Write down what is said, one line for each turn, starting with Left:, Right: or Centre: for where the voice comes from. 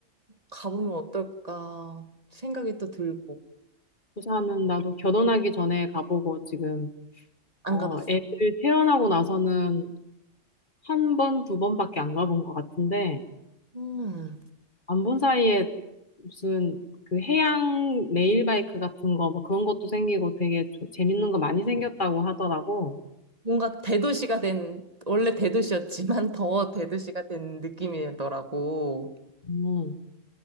Right: 가보면 어떨까 생각이 또 들고,
Left: 부산은 나도 결혼하기 전에 가보고 지금
Right: 안
Left: 어,
Right: 가봤어.
Left: 애들 태어나고 나서는 한 번, 두 번밖에 안 가본 것 같은데
Right: 음,
Left: 안 본 사이에 무슨 그 해양 레일바이크 같은 거 뭐 그런 것도 생기고 되게 조- 재밌는 거 많이 생겼다고 하더라고.
Right: 뭔가 대도시가 된, 원래 대도시였지만 더 대도시가 된 느낌이더라고.
Left: 음,